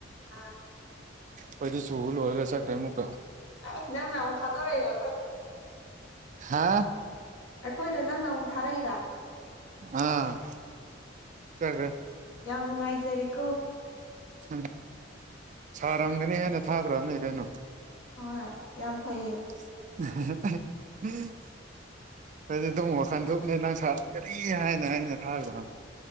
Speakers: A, on the left (about 75°); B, on the right (about 40°).
A: ꯑꯥ
B: ꯀꯣꯏꯗꯤ ꯆꯨꯜ ꯑꯣꯏꯒꯁ ꯈꯔꯦꯃꯨ ꯀ
A: ꯑꯁ ꯅꯪꯅ ꯑꯃꯨꯛ ꯊꯥꯗꯣꯔꯛꯏꯕ
B: ꯍꯥ
A: ꯑꯩꯈꯣꯏꯗ ꯅꯪꯅ ꯑꯃꯨꯛ ꯊꯥꯔꯛꯏꯔ
B: ꯑꯥ ꯆꯠꯈ꯭ꯔꯦ
A: ꯅꯨꯡꯉꯥꯏꯖꯔꯦꯀꯣ
B: ꯎꯝ ꯁꯥꯔꯝꯒꯅꯤ ꯍꯦꯟꯅ ꯊꯥꯈ꯭ꯔꯕꯅꯦ ꯀꯩꯅꯣ
A: ꯍꯣꯏ ꯌꯥꯝ ꯐꯩꯌꯦ
B: <inaudible> ꯑꯗꯨ ꯑꯗꯨꯝ ꯋꯥꯈꯟ ꯊꯣꯛꯅꯦ ꯅꯪ ꯁꯥꯔꯝꯒꯅꯤ ꯍꯥꯏꯅ ꯑꯩꯅ ꯊꯥꯈ꯭ꯔꯥ